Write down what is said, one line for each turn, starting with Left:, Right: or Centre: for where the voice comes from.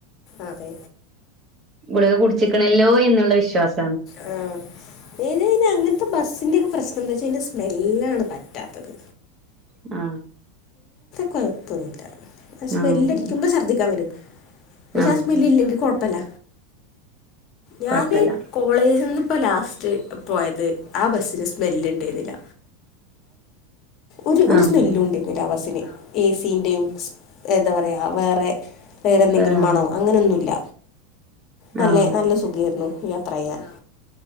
Left: അതെ
Right: ഗുളിക കുടിച്ചിക്കണല്ലോ എന്ന്ള്ള വിശ്വാസം
Left: ആ അയ്‌നയ്ന് അങ്ങൻത്തെ ബസ്സിന്റെക്ക പ്രശ്ന എന്താച്ചയിന്റെ സ്മെല്ലാണ് പറ്റാത്തത്
Right: ആ
Left: കുഴപ്പൊന്നുല്ല ആ സ്മെല്ലടിക്കുമ്പ
Right: ആഹ്
Left: ശർദ്ധിക്കാവരും പക്ഷേ
Right: ആഹ്
Left: ആ സ്മെല്ലില്ലെങ്കിൽ കുഴപ്പല്ല ഞാന്
Right: കൊഴപ്പല്ല
Left: കോളേജ്ന്ന് പ്പ ലാസ്റ്റ് പോയത് ആ ബസ്സിന് സ്മെല്ല്ണ്ടേരുന്നില്ല ഒര് ഒര്
Right: ആഹ്
Left: സ്മെല്ലുണ്ടേര്ന്നില്ല ആ ബസ്സിന് എസീൻ്റെയും എന്താപറയ വേറെ വേറെ എന്തെങ്കിലുംമണോ
Right: ആഹ്
Left: അങ്ങനെന്നുല്ല നല്ല
Right: ആഹ്
Left: നല്ല സുഖേര്ന്നു യാത്രയ്യാൻ ആ